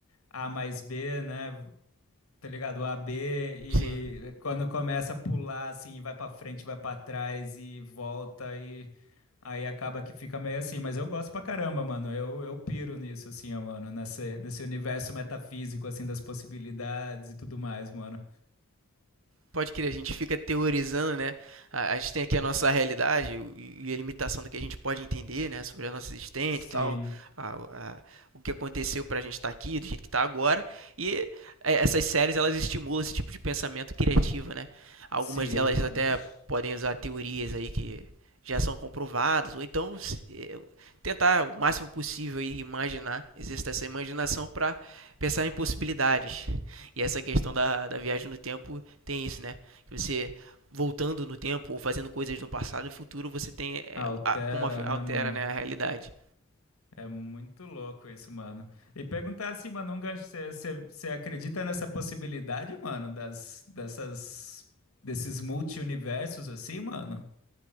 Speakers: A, on the left; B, on the right.
A: A mais B, né? tá ligado? O A B e
B: Sim.
A: quando começa a pular assim, vai pra frente, vai pra trás e volta e aí acaba que fica meio assim, mas eu gosto pra caramba, mano. Eu, eu piro nisso assim, ó, mano, nesse nesse universo metafísico assim das possibilidades e tudo mais, mano.
B: Pode crer, a gente fica teorizando, né? A, a gente tem aqui a nossa realidade e, e a limitação do que a gente pode entender, né? Sobre a nossa existência
A: Sim.
B: e tal, a- a- o que aconteceu pra gente estar aqui, do jeito que tá agora. E é, essas séries, elas estimulam esse tipo de pensamento criativo, né? Algumas
A: Sim,
B: delas
A: mano.
B: até
A: Ixi.
B: podem usar teorias aí que já são comprovadas, ou então se- eh, tentar o máximo possível aí imaginar, exercitar essa imaginação para pensar em possibilidades. E essa questão da, da viagem no tempo tem isso, né? Que você voltando no tempo ou fazendo coisas no passado e no futuro, você tem é,
A: Altera,
B: a- como altera,
A: né, mano?
B: né, a realidade.
A: É muito louco isso, mano. E perguntar assim, mano, um gancho, você acredita nessa possibilidade, mano, das, dessas, desses multi-universos assim, mano?